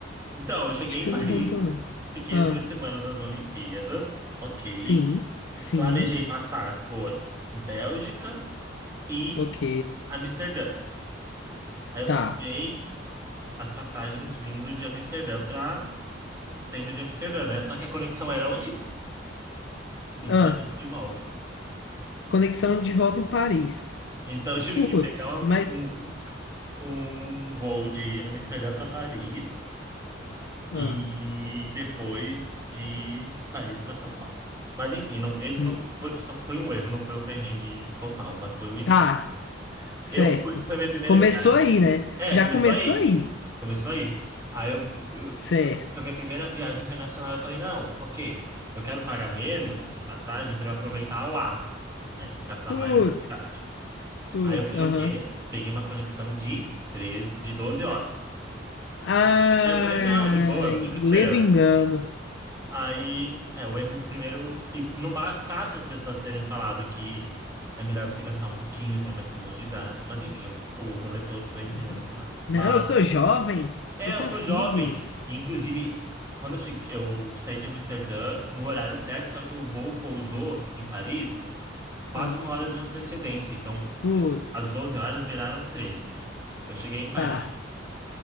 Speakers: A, on the right (about 15°); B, on the left (about 65°).
A: Então, eu cheguei
B: Acho que
A: em
B: você
A: Paris,
B: não contou, não.
A: fiquei
B: Ah,
A: as duas semanas das Olimpíadas, ok.
B: sim. Sim.
A: Planejei passar por Bélgica e
B: Ok.
A: Amsterdã. Aí eu
B: Tá.
A: comprei as passagens vindo de Amsterdã para saindo de Amsterdã, né? Só que a conexão era onde? Em
B: Ah,
A: Paris, de volta.
B: conexão de volta em Paris.
A: Então, eu tive
B: Putz,
A: que pegar um,
B: mas.
A: um um voo de Amsterdã para Paris
B: Ah,
A: e depois de Paris para São Paulo. Mas enfim, não, esse
B: hum,
A: não foi, só foi um erro, não foi o perrengue total, mas foi o início.
B: tá. Certo.
A: Eu fui, foi a minha primeira
B: Começou
A: viagem.
B: aí, né?
A: É,
B: Já
A: começou
B: começou
A: aí.
B: aí.
A: Começou aí. Aí eu, eu-
B: Certo.
A: foi a minha primeira viagem internacional, eu falei, não, OK, eu quero pagar menos em passagem para eu aproveitar lá, né? Gastar
B: Putz.
A: mais na cidade.
B: Putz,
A: Aí eu fiz
B: aham.
A: o quê? Peguei uma conexão de 13, de 12 horas.
B: Ai,
A: Aí eu falei, não, de boa, eu fico esperando.
B: lê do engano.
A: Aí, é, o erro, primeiro, e não bastasse as pessoas terem falado que é melhor você gastar um pouquinho, ter mais comodidade, mas enfim, o, o rolê todo você vai
B: Uhum.
A: entender no final.
B: Não,
A: Mas,
B: eu sou jovem,
A: é,
B: eu consigo.
A: eu sou jovem, e, inclusive, quando eu cheguei, eu saí de Amsterdã no horário certo, só que o voo pousou em Paris quase
B: Ah,
A: uma hora de antecedência, então
B: putz,
A: as 12 horas viraram treze Eu cheguei em Paris
B: tá,